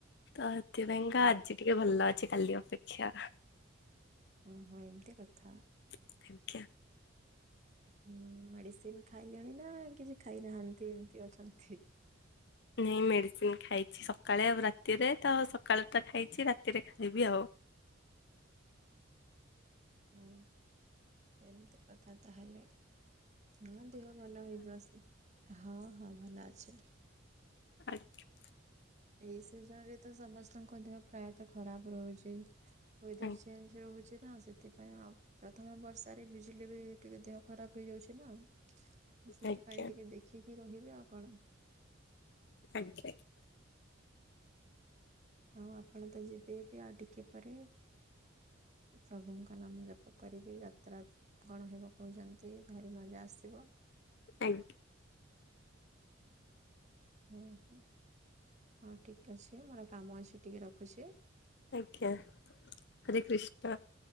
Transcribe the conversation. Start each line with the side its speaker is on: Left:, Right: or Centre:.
Left: ତ ହେଥି ପାଇଁକା
Right: ହଁ
Left: ଆଜି ଟିକେ ଭଲ ଅଛି କାଲି ଅପେକ୍ଷା।
Right: ଉଁ ହୁଁ ଏମିତି କଥା।
Left: ଦେଖିୟା।
Right: ହୁଁ ମେଡିସିନ ଖାଇଲେଣି ନା କିଛି ଖାଇନାହାନ୍ତି ଏମିତି ଅଛନ୍ତି।
Left: ନାହିଁ ମେଡ଼ିସିନ ଖାଇଛି ସକାଳେ ଆଉ ରାତିରେ ତ ସକାଳେ ତ ଖାଇଛି ରାତିରେ ଖାଇବି ଆଉ।
Right: ହୁଁ ଏମିତି କଥା ତାହେଲେ। ହଁ ଦେହ ଭଲ ହେଇଯିବ ସେ ହଁ ହଁ ଭଲ ଅଛେ।
Left: ଆଚ୍ଛା <unintelligible>
Right: ଏଇ ସିଜନ ରେ ତ ସମସ୍ତଙ୍କ ଦେହ ପ୍ରାୟତଃ ଖରାପ ରହୁଚି। ୱେଦର
Left: ଆଜ୍ଞା।
Right: ଚେଞ୍ଜ ହଉଛି ନା ସେ ସେଥିପାଇଁ ଆଉ ପ୍ରଥମ ବର୍ଷାରେ ଭିଜିଲେ ବି ଟିକେ ଦେହ ଖରାପ ହେଇଯାଉଛି ନା ତ ସେଥିପାଇଁ
Left: ଆଜ୍ଞା
Right: ଟିକେ ଦେଖିକି ରହିବେ ଆଉ କଣ
Left: ଆଗ୍ରେ- <unintelligible>
Right: ଆଉ ଆପଣ ତ ଯିବେ ବି ଆଉ ଟିକେ ପରେ। ପ୍ରଭୁଙ୍କ ନାମ ଜପ କରିବି ଯାତ୍ରାତ କଣ ହେବ କହୁଚନ୍ତି ଭାରି ମଜା ଆସିବ।
Left: ଥଙ୍କୁ <unintelligible>
Right: ଉଁ ହୁ ହଁ ଠିକ ଅଛି ମୋର କାମ ଅଛି ଟିକେ ରଖୁଛି।
Left: ଆଜ୍ଞା ହରେ କୃଷ୍ଣ